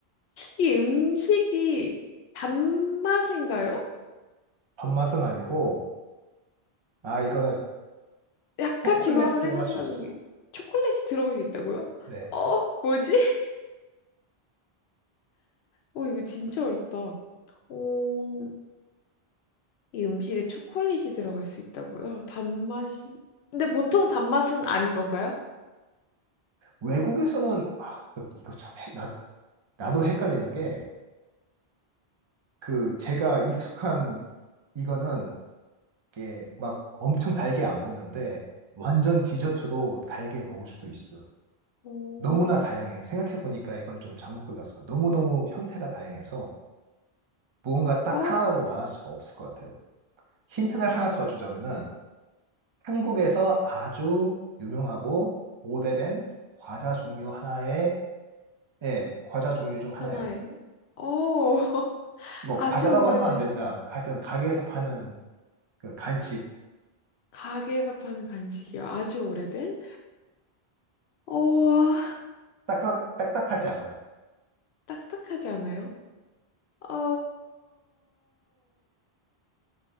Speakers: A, on the left (about 85°); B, on the right (about 30°).
A: 이 음식이 단맛인가요?
B: 밥맛은 아니고, 아, 이건
A: 약간
B: 초콜릿
A: 지금 하나
B: 들어갈
A: 생각나는
B: 수 있어요.
A: 게 초콜릿이 들어갈 수 있다고요?
B: 네.
A: 어, 뭐지? <laughs> 어, 이거 진짜 어렵다. 어, 이 음식에 초콜릿이 들어갈 수 있다고요? 단맛이. 근데 보통 단맛은 아닌 건가요?
B: 외국에서는, 아, 이거, 이거 참, 헷- 나 나도 헷갈리는 게, 그, 제가 익숙한 이거는, 이게 막 엄청 달게 안 먹는데, 완전 디저트도 달게 먹을 수도 있어.
A: 오,
B: 너무나 다양해. 생각해보니까 이걸 좀 잘못 골랐어. 너무너무 형태가 다양해서, 무언가 딱
A: 어,
B: 하나라고 말할 수가 없을 것 같아요. 힌트를 하나 더 주자면은, 한국에서 아주 유명하고 오래된 과자 종류 하나의, 예, 과자 종류 중 하나예요.
A: 하나에. 어, <laughs>
B: 뭐,
A: 아주
B: 과자라고
A: 오래된.
B: 하면 안 된다. 하여튼, 가게에서 파는 그 간식,
A: 가게에서 파는 간식이요. 아주 오래된? 어,
B: 딱딱, 딱딱하지 않아요.
A: 딱딱하지 않아요? 어,